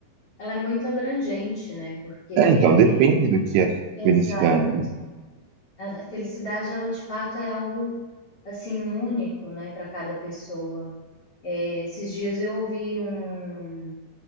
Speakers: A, on the left (about 75°); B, on the right (about 80°).
A: ela é muito abrangente, né? Porque,
B: É, então, depende do que é
A: exato.
B: felicidade.
A: A a felicidade, ela de fato é algo assim único, né, para cada pessoa. Eh, esses dias eu ouvi um,